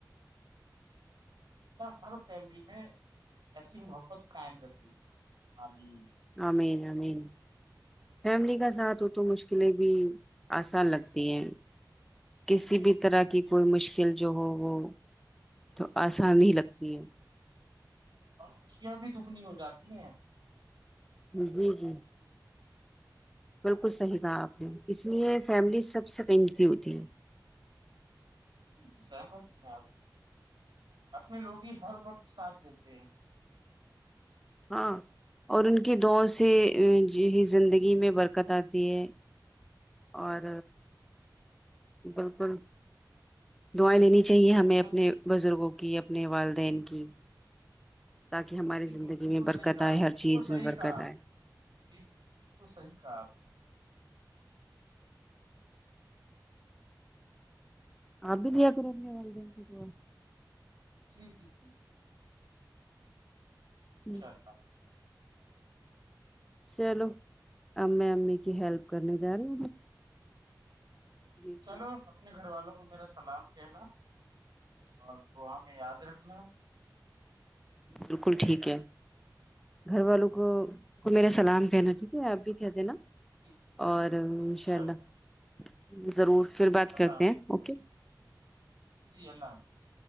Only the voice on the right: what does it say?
ہر فیملی میں ایسی محبت قائم رخے آمین
اور خوشیاں بھی دگنی ہو جاتی ہیں
جی سہمت آج اپنے لوگ ہی ہر وقت ساتھ دیتے ہیں <unintelligible>
بالکل
جی
جی بالکل
صحیح کہا
بالکل
صحیح
کہا آپ
نے جی جی بالکل صحیح کہا آپ نے
جی جی جی
انشاء اللہ
چلو اپنے گھر والوں کو میرا سلام کہنا اور دعا میں یاد رکھنا
جی
جی انشاء
اللہ
اللہ
حافظ
جی آللہ حافظ